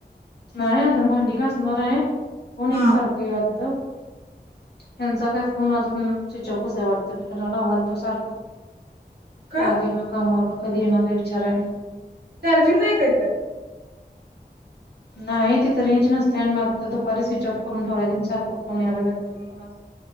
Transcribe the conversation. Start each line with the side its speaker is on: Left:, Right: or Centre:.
Left: नाही अजून भांडी घासणार आहे. फोन
Right: हा
Left: एकसारखं यालतं हेंचा काय? फोन अजून स्विचाॅपच आहे वाटतं ला लावालत सारखं
Right: काय
Left: लागेना कामावरून कधी येणार आहे विचारायला?
Right: चार्जिंग नाही काय? त्यात
Left: नाही तिथ रेंज नसत्या आणि मग दुपारी स्विच ऑफ करून ठेवलाय तेनी सारखं फोन याय लागल्यात म्हणून कोणाच?